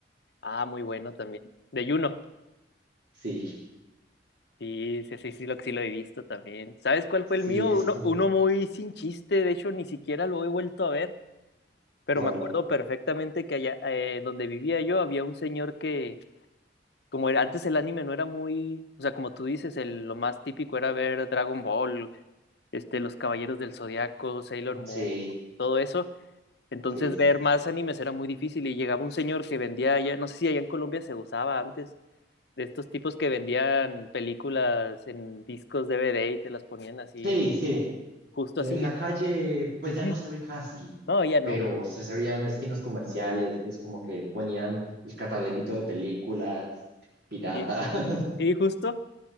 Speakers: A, on the left (about 60°); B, on the right (about 60°).
A: Ah, muy bueno también. De Juno.
B: Sí,
A: Sí, sí, sí, sí, lo, sí lo he visto también. ¿Sabes cuál
B: sí,
A: fue el mío?
B: es
A: Uno,
B: como
A: uno
B: que.
A: muy sin chiste, de hecho ni siquiera lo he vuelto a ver, pero
B: ¿Cuál?
A: me acuerdo perfectamente que allá eh, en donde vivía yo había un señor que, como era, antes el anime no era muy, o sea, como tú dices, el, lo más típico era ver Dragon Ball, este, los Caballeros del Zodiaco, Sailor Moon,
B: Sí,
A: todo eso. Entonces
B: sí, sí,
A: ver más
B: sí.
A: animes era muy difícil y llegaba un señor que vendía allá, no sé si allá en Colombia se usaba antes de estos tipos que vendían películas en discos DVD y te las ponían así,
B: Sí, sí.
A: justo
B: En
A: así.
B: la calle, pues
A: Ujú.
B: ya no se ve casi,
A: No, ya no.
B: pero se, se veía en esquinas comerciales, que es como que ponían el cataloguito de películas piratas.
A: Sí,
B: <laughs>
A: sí, justo.